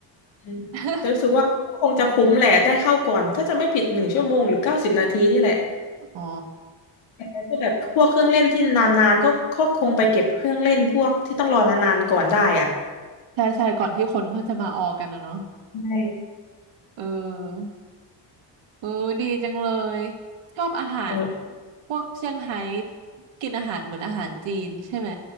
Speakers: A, on the left; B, on the right.
A: เออ
B: <laughs>
A: แต่รู้สึกว่าคงจะคุ้มแหละได้เข้าก่อนถ้าจะไม่ผิดหนึ่งชั่วโมงหรือเก้าสิบนาทีนี่แหละ
B: อ๋อ
A: ก็แบบพวกเครื่องเล่นที่นานๆก็ก็คงไปเก็บเครื่องเล่นพวกที่ต้องรอนานๆก่อนได้อ่ะ
B: ใช่ใช่ก่อนที่คนเขาจะมาออกันนะเนาะ
A: ใช่
B: เออเออดีจังเลยชอบอาหาร
A: เออ
B: พวกเซี่ยงไฮ้กินอาหารเหมือนอาหารจีนใช่ไหม